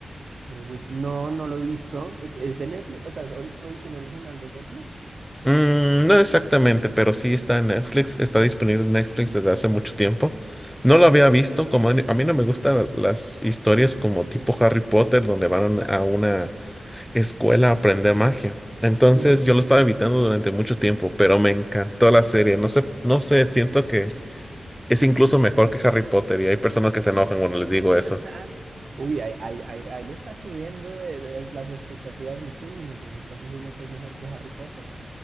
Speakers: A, on the right; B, in the centre.
A: El Witch- No, no lo he visto. ¿Es, es de Netflix? O sea, ¿es ori- producción original de Netflix?
B: Mm, no exactamente, pero sí está en Netflix. Está disponible en Netflix desde hace mucho tiempo. No lo había visto. Como a mí a mí no me gustan las historias como tipo Harry Potter, donde van a una escuela a aprender magia. Entonces
A: Ujú.
B: yo lo estaba evitando durante mucho tiempo, pero me encantó la serie. No sé, no sé, siento que Es incluso mejor que Harry Potter y hay personas que se enojan cuando les
A: ¿De
B: digo
A: verdad?
B: eso.
A: Uy, ahí, ahí- ahí- ahí lo estás subiendo de, de las expectativas muchísimo si me estás diciendo que es mejor que Harry Potter.